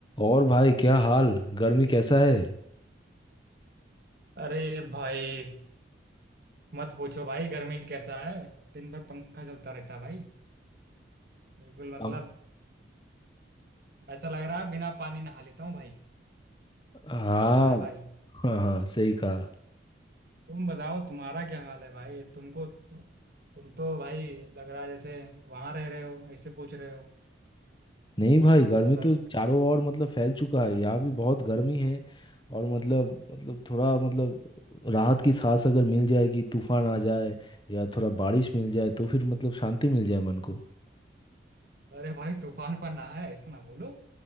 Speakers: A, on the left; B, on the right.
A: और भाई क्या हाल गर्मी कैसा है
B: अरे भाई मत पूछो भाई गर्मी कैसा है दिन भर पंखा चलता रहता है भाई बिल्कुल मतलब
A: हाँ
B: ऐसा लग रहा है बिना पानी नहा लेता हूँ भाई
A: हाँ
B: ऐसा है भाई
A: हाँ हाँ, सही कहा
B: तुम बताओ तुम्हारा क्या हाल है भाई तुमको तु, तुम तो भाई लग रहा है जैसे वहां रह रहे हो ऐसे पूछ रहे हो
A: नहीं भाई गर्मी
B: मतलब
A: तो
B: कुछ
A: चारों ओर मतलब फैल चुका है यहाँ भी बहुत गर्मी है और मतलब मतलब थोड़ा मतलब राहत की सांस अगर मिल जाए कि तूफान आ जाए या थोड़ा बारिश मिल जाए तो फिर मतलब शांति मिल जाए मन को
B: अरे भाई तूफान पर ना है ऐसा ना बोलो